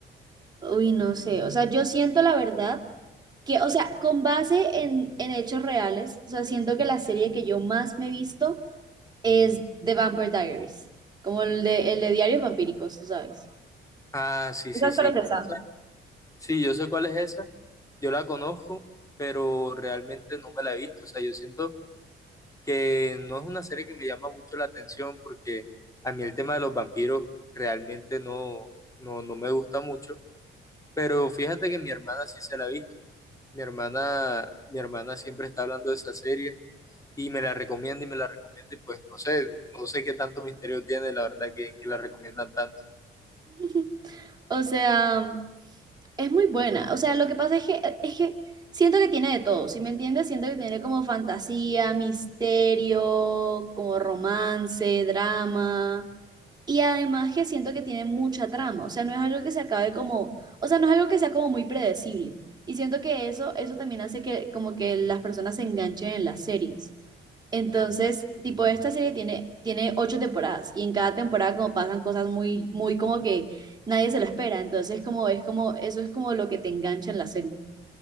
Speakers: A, on the right; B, on the left.
A: Uy, no sé, o sea, yo siento la verdad que, o sea, con base en, en hechos reales, o sea, siento que la serie que yo más me he visto es The Vampire Diaries, como el de, el de Diarios Vampíricos, tú sabes.
B: Ah, sí,
A: ¿Sabes
B: sí, sí.
A: cuál es esa?
B: Esa- Sí, yo sé cuál es esa, yo la conozco, pero realmente no me la he visto. O sea, yo siento que no es una serie que me llama mucho la atención porque a mí el tema de los vampiros realmente no, no, no me gusta mucho, pero fíjate que mi hermana sí se la ha visto. Mi hermana, mi hermana siempre está hablando de esa serie y me la recomienda y me la recomienda y pues no sé, no sé qué tanto misterio tiene, la verdad que, que la recomiendan tanto.
A: <laughs> O sea, es muy buena. O sea, lo que pasa es que, es que siento que tiene de todo, ¿sí me entiendes? Siento que tiene como fantasía, misterio, como romance, drama. Y además que siento que tiene mucha trama, o sea, no es algo que se acabe como, o sea, no es algo que sea como muy predecible. Y siento que eso, eso también hace que como que las personas se enganchen en las series. Entonces, tipo, esta serie tiene, tiene ocho temporadas y en cada temporada como pasan cosas muy, muy como que nadie se lo espera. Entonces, como es como, eso es como lo que te engancha en la serie.